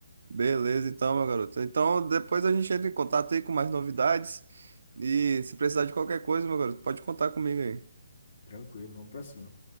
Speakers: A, on the right; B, on the left.
A: Beleza, então, meu garoto. Então depois a gente entra em contato aí com mais novidades. E se precisar de qualquer coisa, meu garoto, pode contar comigo aí.
B: Tranquilo, vamos pra cima.